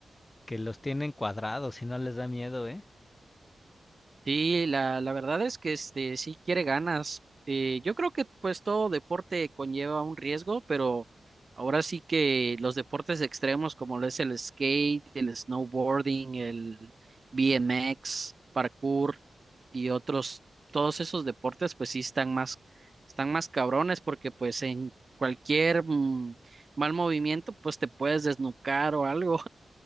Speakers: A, on the left (about 30°); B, on the right (about 45°).
A: que los tienen cuadrados y no les da miedo, ¿eh?
B: Sí, la, la verdad es que este sí quiere ganas. Eh, yo creo que pues todo deporte conlleva un riesgo, pero ahora sí que los deportes extremos como lo es el skate, el snowboarding, el BMX, parkour y otros, todos esos deportes pues sí están más, están más cabrones porque pues en cualquier mm, mal movimiento pues te puedes desnucar o algo.